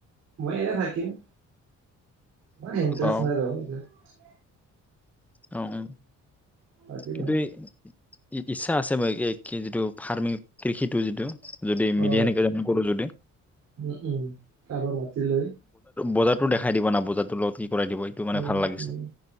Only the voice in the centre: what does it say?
অ
অ উম
কিন্তু এই ইচ্ছা আছে মই যিটো ফাৰ্মিং কৃষিটো যিটো যদি মিলি
এনেকে কৰো যদি
বজাৰত দেখাই দিব না বজাৰটো লগত কি কৰাই দিব এইটো মানে
ভাল লাগিছে